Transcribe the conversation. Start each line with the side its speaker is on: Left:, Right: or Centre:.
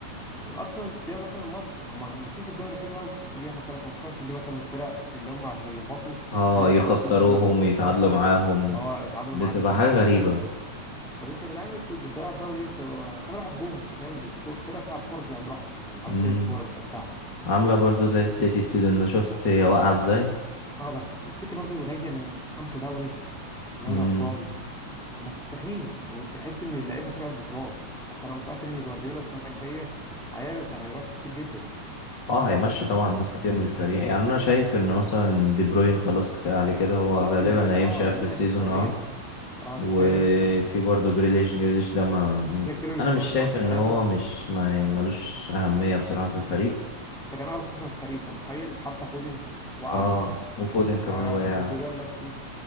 Centre: يعني الارسنال تلاقي مثلا الماتش هم ماشيين في الدوري حلو قوي يجي اخر ثلاث ماتشات يجي مثلا الفرق اللي هم هيهبطوا
Left: اه
Centre: زي ليستر
Left: يخسروهم
Centre: سيتي وساوثهامبتون
Left: يتعادلوا معاهم
Centre: اه اتعادلوا
Left: بتبقى
Centre: مع دي
Left: حاجة غريبة
Centre: طب انتوا يا جدعان انتوا بتضيعوا الدوري ليه؟ انتوا اصل انا بحبهم انت فاهم بتكو- فرقه بتلعب كوره طول عمرها يعني معروف
Left: امم
Centre: فرقه كوره بتمتعك
Left: عاملة برضو زي السيتي السيزون ده شفت هي واقعة ازاي
Centre: اه بس السيتي برضو جايه من خمسه دوري دوري
Left: امم
Centre: ابطال هم مكتسحين وتحس ان اللعيبه شبه البطولات حتى انا متاكد ان جوارديولا السنه الجايه هيعمل تغيرات كتير جدا
Left: اه هيمشي طبعا ناس كتير من الفريق يعني انا شايف ان مثلا دي بروين خلاص كفايه عليه كده هو
Centre: خلاص
Left: غالبا
Centre: دي بروين
Left: هيمشي
Centre: اه دي
Left: اخر
Centre: بروين
Left: السيزون
Centre: هيروح السعوديه
Left: اه
Centre: اه
Left: وفي
Centre: انت فاهم
Left: برضه جريليش جريليش ده ما
Centre: جاك جريليتش
Left: انا مش
Centre: برضه
Left: شايف
Centre: مع السلامة
Left: ان هو مش ما ملوش اهميه بصراحه في الفريق
Centre: ده كان أغلى صفقة في الفريق أنت متخيل حتى فودن وقع
Left: اه وفودن كمان
Centre: آه
Left: وقع
Centre: جندوجان مشي